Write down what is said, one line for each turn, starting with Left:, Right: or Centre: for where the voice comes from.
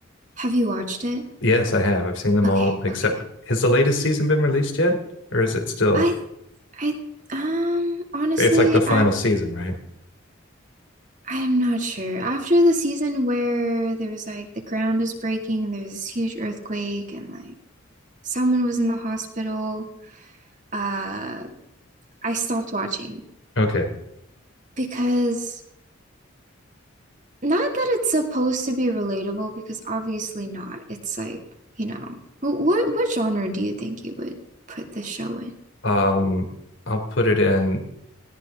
Right: Have you watched it?
Left: Yes, I have. I've seen them
Right: Okay,
Left: all except
Right: okay.
Left: has the latest season been released yet? Or is it still
Right: I I um honestly,
Left: it's like the final
Right: after
Left: season, right?
Right: I am not sure. After the season where there was like the ground is breaking and there's this huge earthquake and like someone was in the hospital, uh I stopped watching
Left: Okay.
Right: because Not that it's supposed to be relatable because obviously not. It's like, you know, wh- what what genre do you think you would put this show in?
Left: Um, I'll put it in